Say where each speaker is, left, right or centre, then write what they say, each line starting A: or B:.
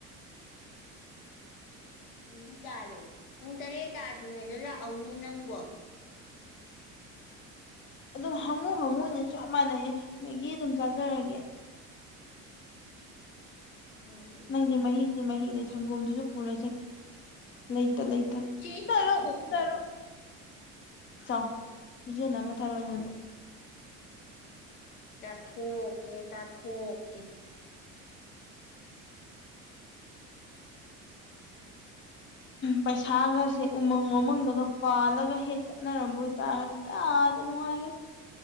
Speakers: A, on the left; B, on the left.
A: ꯅꯨꯃꯤ ꯇꯥꯔꯦ ꯄꯨꯡ ꯇꯔꯦꯠ ꯇꯥꯗ꯭ꯔꯤꯉꯩꯗ ꯂꯥꯛꯍꯧꯅꯦ ꯅꯪꯕꯣ
B: ꯑꯗꯨꯝ ꯍꯥꯉꯨ ꯍꯥꯉꯨꯅꯦ ꯆꯞ ꯃꯥꯟꯅꯩ ꯃꯦꯒꯤ ꯑꯗꯨꯝ ꯆꯥꯖꯔꯒꯦ
A: ꯐꯔꯦ ꯑꯗꯨꯅ
B: ꯅꯪꯗꯤ ꯃꯍꯤꯛꯇꯤ ꯃꯍꯤꯛꯅꯦ ꯁꯪꯒꯣꯝꯗꯨꯁꯨ ꯄꯨꯔ ꯆꯈꯤ ꯂꯩꯇ ꯂꯩꯇ
A: ꯆꯦꯡ
B: ꯇꯔꯣ
A: ꯆꯥꯊꯣꯛꯀꯦ
B: ꯇꯔꯣ ꯆꯥꯎ ꯅ ꯑꯃ ꯊꯥꯔ ꯋꯥ ꯑꯩꯉꯣꯟꯗ
A: ꯆꯥꯊꯣꯛꯀꯦ ꯆꯥꯊꯣꯛꯀꯦ <unintelligible>
B: ꯄꯩꯁꯥꯒꯁꯦ ꯎꯃꯪ ꯋꯥꯃꯪꯗꯒ ꯄꯥꯜꯂꯒ ꯍꯦꯛ ꯆꯠꯅꯔꯝꯕ ꯑꯣꯏꯇꯥꯔꯒꯗꯤ ꯀꯌꯥꯗ ꯅꯨꯡꯉꯥꯏꯒꯅꯤ